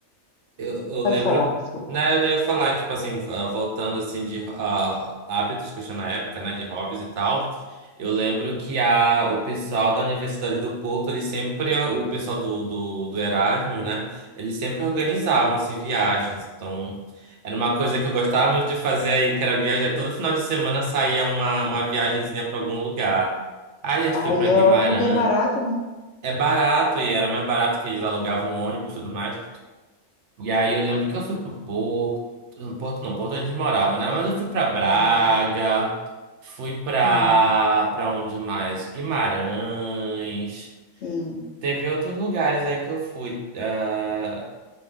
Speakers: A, on the right; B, on the left.
A: Eu, eu
B: Pode
A: lembro,
B: falar, desculpa.
A: né, eu ia falar, tipo assim, ah, voltando assim de ah, hábitos que eu tinha na época, né, de hobbies e tal. Eu lembro que a, o pessoal da Universidade do Porto, eles sempre, o pessoal do, do, do Erasmus, né, eles sempre organizavam, assim, viagens. Então, era uma coisa que eu gostava muito de fazer aí, que era viajar. Todo final de semana saía uma, uma viagenzinha para algum lugar. Aí a gente
B: Aí
A: foi para
B: é
A: Guimarães.
B: ótimo que é barato, né?
A: É barato, e era mais barato que eles alugavam um ônibus e tudo mais. E aí eu lembro que eu fui pro Porto. No Porto não, Porto a gente morava, né? Mas eu fui pra Braga,
B: A Lisboa.
A: fui pra.
B: Sim,
A: pra onde mais? Guimarães.
B: sim.
A: Teve outros lugares aí que eu fui. ah,